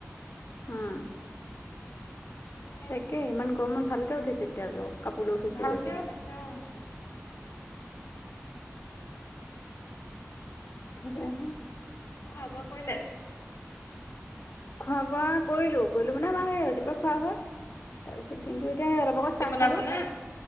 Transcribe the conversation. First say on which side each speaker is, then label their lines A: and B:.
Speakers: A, on the left; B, on the left.
A: উম্।
B: <inaudible>
A: তাকে ইমান গৰমত ভালকে উঠিছে তেতিয়া জ্বৰ, কাপোৰলৈ শুইছে
B: ভালকে
A: যদি।
B: উঠিছে অ'
A: থাকে হে।
B: খোৱা বোৱা কৰিলে?
A: খোৱা বোৱা কৰিলো, কৰিলো মানে আমাৰ সেই ৰাতিপুৱা খোৱা হয়। তাৰ পিছত দিনটো এতিয়া সেই অলপ আগত
B: আপুনি
A: চাহ
B: বনাইছে
A: খালো।
B: নে?